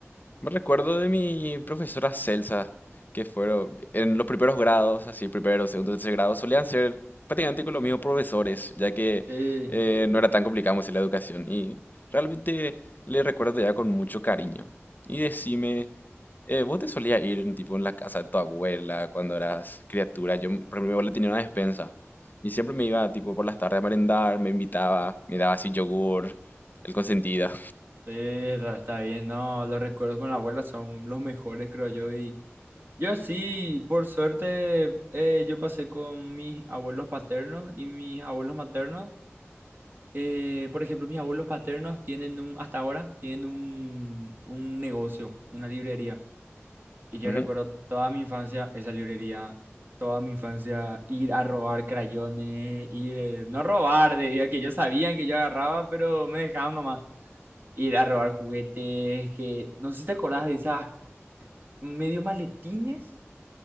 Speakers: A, on the left (about 40°); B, on the right (about 50°).
A: Me recuerdo de mi profesora Celsa, que fueron en los primeros grados, así, primero, segundo, tercer grado, solían ser prácticamente con los mismos profesores, ya que
B: Sí,
A: eh, no era tan complicado hacer la educación. Y realmente le recuerdo ya con mucho cariño. Y decime, eh, ¿vos te solías ir tipo en la casa de tu abuela cuando eras criatura? Yo, por ejemplo, mi abuela tenía una despensa y siempre me iba tipo por las tardes a merendar, me invitaba, me daba así yogur, el consentida.
B: sí, está, está bien, no, los recuerdos con la abuela son los mejores, creo yo, y Yo sí, por suerte, eh, yo pasé con mis abuelos paternos y mis abuelos maternos. Eh, por ejemplo, mis abuelos paternos tienen un, hasta ahora, tienen un, un negocio, una librería. Y yo
A: <laughs>
B: recuerdo toda mi infancia esa librería, toda mi infancia ir a robar crayones, ir, eh, no robar, debido a que ellos sabían que yo agarraba, pero me dejaban nomás. Ir a robar juguetes, que no sé si te acordás de esas medio maletines